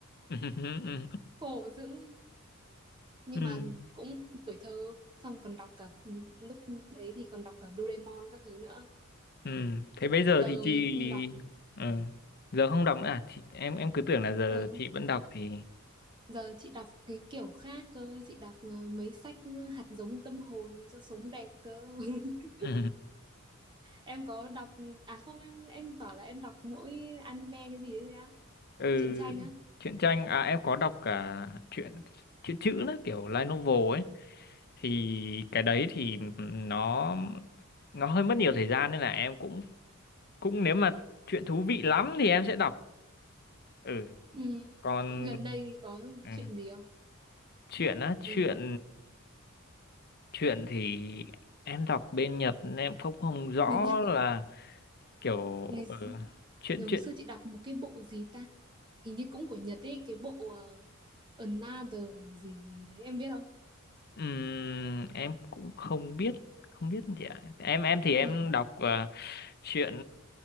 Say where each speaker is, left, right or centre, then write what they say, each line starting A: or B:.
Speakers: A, on the left; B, on the right.
A: <laughs> Ừ. Ừ.
B: khổ dữ nhưng
A: Ừ.
B: mà cũng tuổi thơ xong còn đọc cả lúc ấy thì còn đọc cả Doraemon các thứ nữa
A: Ừ. Thế bây giờ
B: giờ
A: thì chị
B: không đọc
A: ừ. giờ không đọc nữa à? Chị, em em cứ tưởng là giờ
B: ừ.
A: chị vẫn đọc thì
B: Giờ chị đọc cái kiểu khác cơ, chị đọc ờ, mấy sách ờ, hạt giống tâm hồn cho sống đẹp cơ. <laughs>
A: ừ.
B: Em có đọc à không em em bảo là em đọc mỗi anime cái gì đấy thôi á,
A: ừ
B: truyện tranh á.
A: truyện tranh à em có đọc cả truyện truyện chữ nữa kiểu light novel ấy thì cái đấy thì nó nó hơi mất nhiều thời gian nên là em cũng cũng nếu mà chuyện thú vị lắm thì em sẽ đọc ừ
B: Ừ.
A: còn
B: Gần đây có
A: ừ.
B: chuyện gì không?
A: chuyện á chuyện
B: Ừ.
A: chuyện thì em đọc bên Nhật nên em không không rõ
B: Bên Nhật
A: là
B: ấy.
A: kiểu
B: ngày xưa,
A: ừ. chuyện
B: đầu
A: chuyện
B: xưa chị đọc một cái bộ gì ta? Hình như cũng của Nhật ấy, cái bộ ờ, Another gì gì đấy em biết không?
A: Ừm, em cũng không biết không biết gì ạ em em thì em
B: Ừ.
A: đọc ờ, chuyện